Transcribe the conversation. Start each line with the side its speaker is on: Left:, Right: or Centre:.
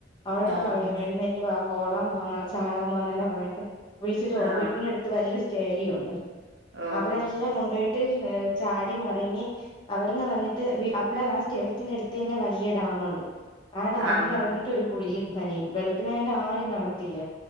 Left: അവടെ അടു
Right: ആഹ്
Left: ത്ത്‌ പറയും
Right: ആഹ്
Left: എഴുനേറ്റ് ഓടാ പോകാ ചാടാൻ പോവാന്നല്ല പറഞ്ഞട്ട് വിളിച്ചട്ട് പോകോ
Right: ആഹ്
Left: വീനെ എടു വലിയ സ്റ്റേഡിയം ഉണ്ട്
Right: ഓഹ്
Left: അവിടെ
Right: ഓഹ്
Left: എല്ലാം കൊണ്ട പോയിട്ട് ചാടി മറങ്ങി അവിടെന്ന് വന്നിട്ട് അവിടെ ആ സ്റ്റേഡിയത്തിറ അടുത്ത് തന്നെ വലിയ ഡാമുണ്ട്. ആ ഡാമിലിറങ്ങിയിട്ട്
Right: ആഹ് ആഹ്
Left: ഒരു കുളിയും നനിയയും വെളുപ്പിനായണ്ട് ആരും കാണ ത്തില്ല